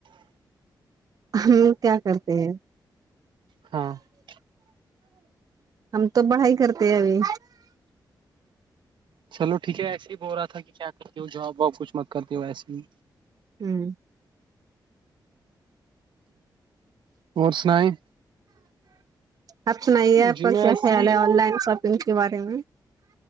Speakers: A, on the right; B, on the right.
A: ہم لوگ کیا کرتے ہیں
B: ہاں <unintelligible>
A: ہم تو پڑھائی کرتے ہیں ابھی
B: چلو ٹھیک ہے ایسے ہی ب ہو رہا تھا کہ کیا کرتی ہو جاب و کچھ مت کرتی ہو ایسے ہی
A: ہوں
B: اور سنایں
A: آپ سنائیے آپ
B: جی
A: کا
B: میں
A: کیا
B: ایسے
A: خیال
B: ہی
A: ہے آن لائن شاپ کے بارے میں